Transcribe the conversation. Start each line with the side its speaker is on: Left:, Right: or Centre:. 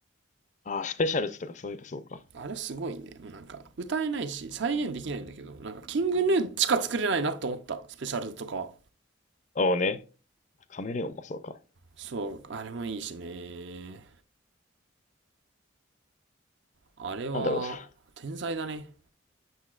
Left: あ、スペシャルズとかそういえばそうか。
Right: あれすごいね。もうなんか、歌えないし、再現できないんだけど、なんか、キングヌーしか作れないなと思った。スペシャルとかは。
Left: おおね。カメレオンもそうか。
Right: そう、あれもいいしね。あれは、
Left: なんだろうさ。
Right: 天才だね。